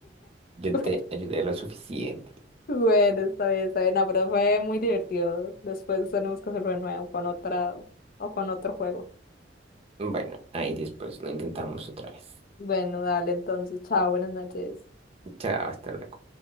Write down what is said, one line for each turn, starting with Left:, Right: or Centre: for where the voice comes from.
Right: Yo
Left: <laughs>
Right: te ayudé lo suficiente.
Left: Bueno, bueno, está bien, está bien. No, pero fue muy divertido. Después tenemos que hacerlo de nuevo con otra o con otro juego.
Right: Bueno, ahí después lo intentamos otra vez.
Left: Bueno, dale, entonces, chao, buenas noches.
Right: Chao, hasta luego.